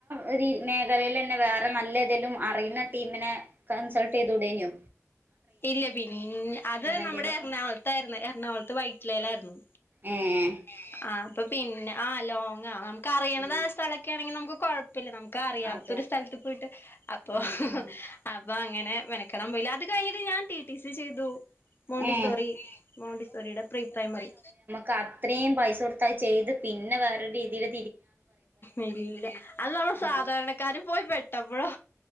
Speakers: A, on the right (about 40°); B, on the left (about 40°).
A: ഒര് മേഖലയിലെന്നെ വേറെ നല്ലെതെലും അറിയുന്ന ടീമിനെ. കൺസൾട്ടെയ്തൂടേന്യൊ.
B: ഇല്ല പിൻ അത് നമ്മടെ
A: എന്തേലുമൊക്കെ
B: എറണാകുളത്തായിരുന്നു എറണാകുളത്ത് വൈറ്റിലെലായിരുന്നു.
A: ഏഹ്.
B: ഏഹ് ആഹ് അപ്പൊ പിന്നെ ആഹ് ലോങ്ങ നമക്ക് അറിയണതായ
A: ഉം
B: സ്ഥലൊക്കെണെങ്കി നമുക്ക് കൊഴ് പിന്നെ നമുക്കറിയാത്തരു
A: അതെ
B: സ്ഥൽത്ത് പോയിട്ട് അപ്പൊ.
A: ആ ആ
B: അപ്പൊ അങ്ങനെ മെനക്കെടാൻ പോയില്ല അത് കഴിഞ്ഞിട്ട് ഞാൻ ടി ടി സി ചെയ്തു. മോണ്ടിസോറി
A: ഏ
B: മോണ്ടിസോറീടെ പ്രീ പ്രൈമറി
A: കത്രയും പൈസ കൊട്ത്തയ് ചെയ്ത് പിന്നെ വേറൊരു രീതീല്.
B: ഇല്ല അത് നമ്മള് സാധാരണക്കാര്
A: ഉം
B: പോയി പെട്ടപ്പഴോ.